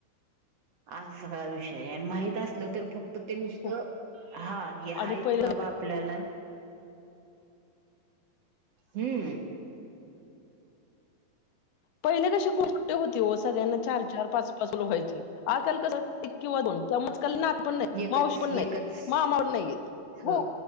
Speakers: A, on the right; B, on the left.
A: असा सगळा विषय आय आणि माहित असलं तर फक्त ते नुसतं
B: हो
A: हा
B: आणि
A: हायती
B: पहिले
A: बाबा आपल्याला. हम्.
B: पहिले कशी कुठं होते हो सगळ्यांना चार चार पाच पाच व्हायचे आजकाल कस एक किंवा दोन त्यामुळं आजकाल नात पण नाय
A: एकच
B: मावशी पण नाय
A: एकच
B: मामा पण नाहीयेत.
A: ह
B: हो